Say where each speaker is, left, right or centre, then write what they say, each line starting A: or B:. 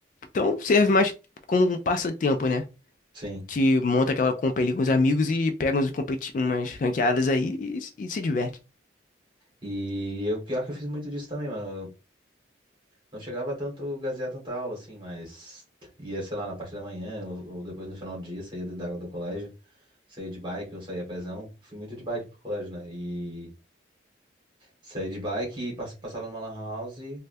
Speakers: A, on the left; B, on the right.
A: Então serve mais como um passatempo, né?
B: Sim.
A: que monta aquela compa ali com os amigos e pega uns competi umas ranqueadas aí e, se e se diverte.
B: E, e o pior que eu fiz muito disso também, mano. Eu não chegava a tanto gazear tanta aula, assim, mas ia, sei lá, na parte da manhã ou, ou depois no final do dia, saía do- da água do colégio, saía de bike ou saía pezão. Fui muito de bike pro colégio, né? E saía de bike e pass- passava numa lan house,